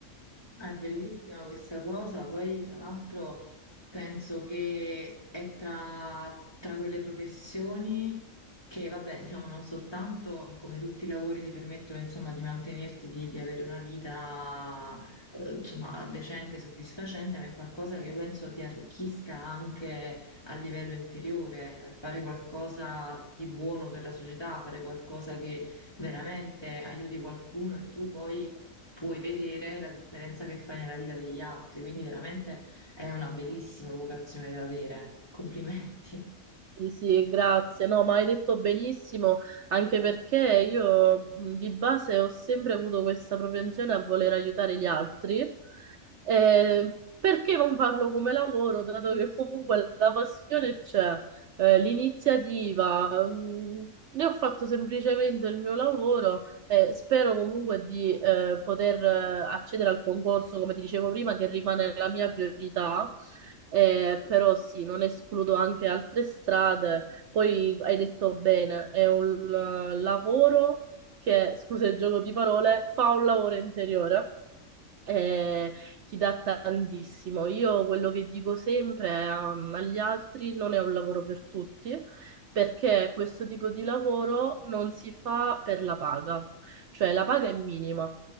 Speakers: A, on the left (about 20°); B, on the right (about 65°).
A: Ah, È bellissima questa cosa, poi tra l'altro penso che è tra, tra quelle professioni che, vabbè, diciamo non soltanto come tutti i lavori ti permettono insomma di mantenerti, di, di avere una vita eh, insomma decente, soddisfacente, ma è qualcosa che io penso ti arricchisca anche a livello interiore, eh, fare qualcosa di buono per la società, fare qualcosa che veramente aiuti qualcuno e tu poi puoi vedere la differenza che fai nella vita degli altri, quindi veramente è una bellissima vocazione da avere. Complimenti. <laughs>
B: Sì, sì, grazie. No, ma hai detto benissimo, anche perché io mh, di base ho sempre avuto questa propensione a voler aiutare gli altri. Eh, perché non farlo come lavoro, dato che comunque la passione c'è, eh, l'iniziativa, mm, ne ho fatto semplicemente il mio lavoro e spero comunque di eh, poter eh, accedere al concorso, come ti dicevo prima, che rimane la mia priorità. Eh, però sì, non escludo anche altre strade. Poi hai detto bene, è un eh, lavoro che, scusa il gioco di parole, fa un lavoro interiore e ti dà tantissimo. Io quello che dico sempre ehm, agli altri non è un lavoro per tutti, perché questo tipo di lavoro non si fa per la paga, cioè la paga è minima